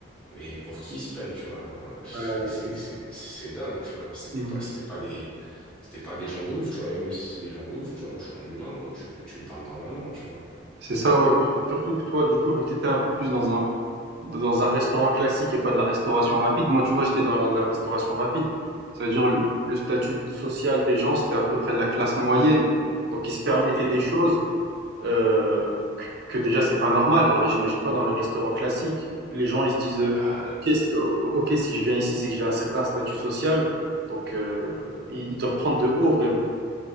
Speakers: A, in the centre; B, on the right.
A: mais pour qui ils se prennent, tu vois? Genre, euh, c'est,
B: Euh,
A: c'est, c'est, c'est dingue, tu vois. Genre, C'était
B: mhm.
A: pas, c'était pas des, c'était pas des gens de ouf, tu vois. Et même si c'est des gens de ouf, tu vois, moi, je suis un humain, gros, tu, tu me parles normalement, tu vois.
B: C'est ça, ouais. Surtout que toi, du coup, vu que t'étais un peu plus dans un, dans un restaurant classique et pas de la restauration rapide, moi, tu vois, j'étais dans la restauration rapide. Ça veut dire le le statut social des gens, c'était à peu près de la classe moyenne. Donc, ils se permettaient
A: Et
B: des choses euh, que déjà c'est pas normal. Alors j'imagine pas dans les restaurants classiques. Les gens ils se disent euh,
A: bah,
B: ok, si- o- ok, si je viens ici c'est que j'ai un certain statut social, donc euh, ils, ils doivent prendre de haut vraiment.